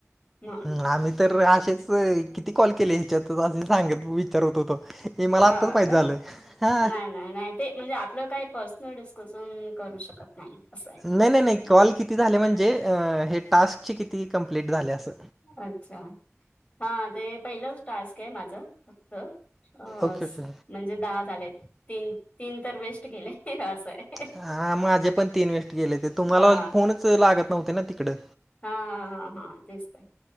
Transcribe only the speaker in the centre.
ह आम्ही तर असेच, किती कॉल केले ह्याच्यात? असे सांगत, विचारत होतो. ही मला
आत्ताच माहित
झालं. ह.
नाही, नाही, नाही.
कॉल किती झाले म्हणजे? अ हे टास्कचे किती कंप्लीट झाले? असं.
ओके,
ओके.
हा, माझे पण तीन वेस्ट गेले. ते तुम्हाला
फोनच लागत नव्हते ना, तिकडं.